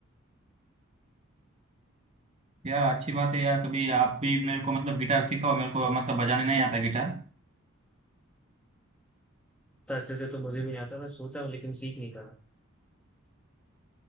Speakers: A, on the right (about 30°); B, in the centre.
A: यार अच्छी बात है यार कभी आप भी मेरे को मतलब गिटार सिखाओ मेरे को मतलब बजाने नहीं आता गिटार।
B: तो अच्छे से तो मुझे भी नहीं आता मैं सोचा लेकिन सीख नहीं पाया